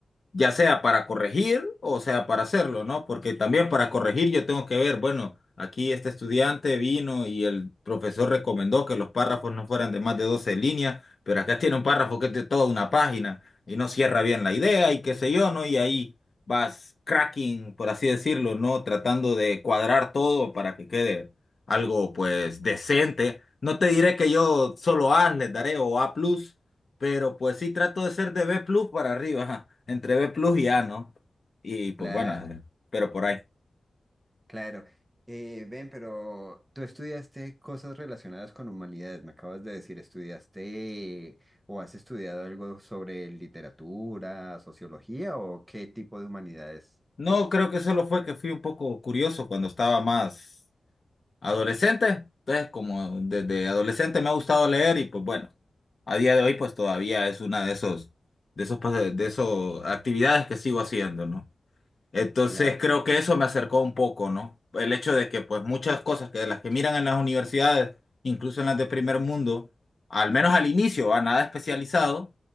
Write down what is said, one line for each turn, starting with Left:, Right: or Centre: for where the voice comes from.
Left: ya sea para corregir o sea para hacerlo, ¿no? Porque también para corregir yo tengo que ver, bueno, aquí este estudiante vino y el profesor recomendó que los párrafos no fueran de más de 12 líneas, pero acá tiene un párrafo que es de toda una página y no cierra bien la idea y qué sé yo, ¿no? Y ahí vas cracking, por así decirlo, ¿no? Tratando de cuadrar todo para que quede algo pues decente. No te diré que yo solo A les daré o A+, pero pues sí trato de ser de B plus para arriba, ajá, entre B plus y A, ¿no? Y pues
Right: La-
Left: bueno, eh, pero por ahí.
Right: Claro. Eh, ven, pero tú estudiaste cosas relacionadas con humanidades, me acabas de decir, ¿estudiaste o has estudiado algo sobre literatura, sociología o qué tipo de humanidades?
Left: No, creo que solo fue que fui un poco curioso cuando estaba más adolescente. Entonces, como desde adolescente me ha gustado leer y pues bueno, a día de hoy pues todavía es una de esos, de esos, pas- de esos actividades que sigo haciendo, ¿no? Entonces
Right: Claro.
Left: creo que eso me acercó un poco, ¿no? El hecho de que pues muchas cosas que de las que miran en las universidades, incluso en las de primer mundo, al menos al inicio, a nada especializado,